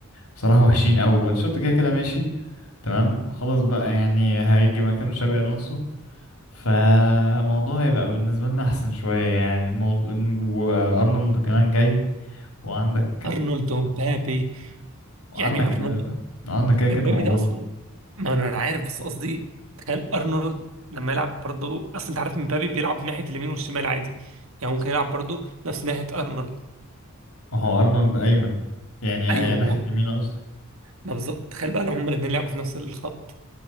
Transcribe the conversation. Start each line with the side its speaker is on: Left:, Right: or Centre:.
Left: بصراحة وحشين قوي وانشوت كده كده ماشي تمام خلاص بقى يعني هيجي مكانه شابي الونسو فالموضوع هيبقى بالنسبة لنا احسن شوية يعني الموضوع وارنولد كمان جاي وعندك
Right: ارنولد ومبابي
Left: وعنك
Right: يعني ارنولد
Left: امبارح عنك كده كده
Right: امبابي
Left: موجود
Right: ده اصلا ما انا عارف بس قصدي تخيل ارنولد لما يلعب برضو اصل انت عارف مبابي بيلعب ناحية اليمين والشمال عادي يعني ممكن يلعب برضو نفس ناحية ارنولد
Left: اهو ارنولد ايمن يعني
Right: ايوه
Left: هي ناحية
Right: ما
Left: اليمين قصدي
Right: ما بالظبط تخيل بقى لو هما الاثنين لعبوا في نفس الخط